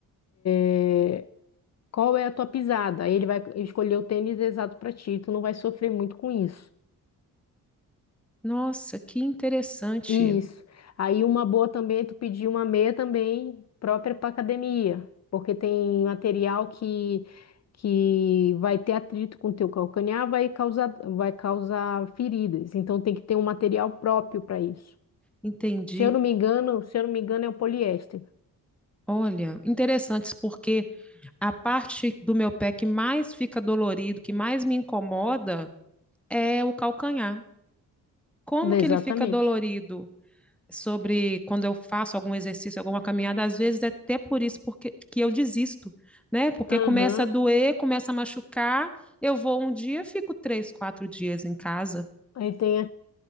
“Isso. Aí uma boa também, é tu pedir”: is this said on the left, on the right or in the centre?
Left